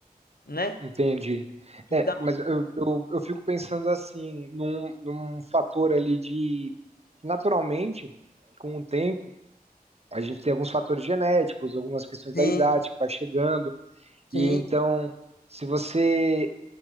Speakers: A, on the left; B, on the right.
A: né?
B: Entendi.
A: Então,
B: É, mas eu, eu, eu fico pensando assim, num, num fator ali de, naturalmente, com o tempo, a gente tem alguns fatores genéticos, algumas questões
A: Sim,
B: da idade que vai chegando,
A: sim.
B: E então, se você